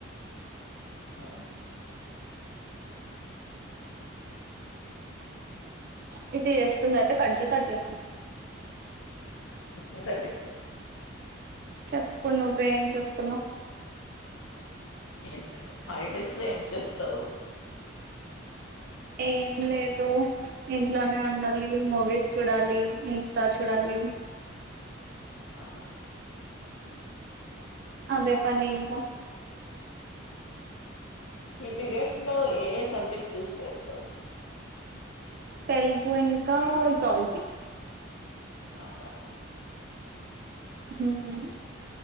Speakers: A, on the left; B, on the right.
A: అ
B: శృతి చేస్తుంది అయితే కడ్ చేసి అట్ చేసినా
A: ఇంకా చెప్పు
B: చెప్పు నువ్వే ఏం చేస్తున్నావ్
A: ఎం లేదు ఫై డేస్ లో ఏం చేస్తావు
B: ఏం లేదు ఇంట్లోనే ఉండాలి మూవీస్ చూడాలి ఇన్స్ స్టా చుడాలి
A: ఉంటావా
B: అదే పని ఇంకా
A: సి టి గెట్ లో ఏ ఏ సబ్జెక్ట్ చూస్ చేస్తావు
B: తెలుగు ఇంకా జూలజీ
A: ఆహా
B: హుం